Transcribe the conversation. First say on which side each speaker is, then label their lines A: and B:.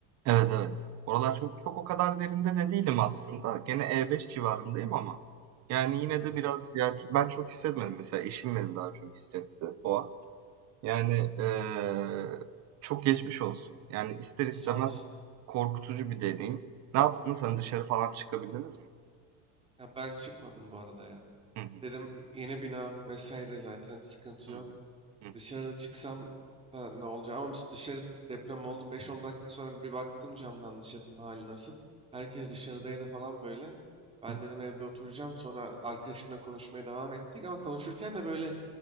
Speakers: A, on the right; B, on the right.
A: Evet, evet. Oralar çok, çok o kadar derinde de değilim aslında. Gene E5 civarındayım ama. Yani yine
B: Evet.
A: de biraz yani ben çok hissetmedim. Mesela eşim benim daha çok hissetti o an. Yani eee, çok geçmiş olsun. Yani ister istemez
B: Sağ olasın.
A: korkutucu bir deneyim. Ne yaptınız? Hani dışarı falan çıkabildiniz mi?
B: Ya ben çıkmadım bu arada ya.
A: Hı hı,
B: Dedim "Y- yeni bina vesaire zaten sıkıntı
A: hı
B: yok.
A: hı, hı
B: Dışarıda çıksam da ne olacak ama biz dışarı deprem oldu. 5-10 dakika sonra bir baktım camdan dışarının hali nasıl. Herkes dışarıdaydı falan böyle. Ben
A: hı,
B: dedim evde oturacağım. Sonra arkadaşımla konuşmaya devam ettik ama konuşurken de böyle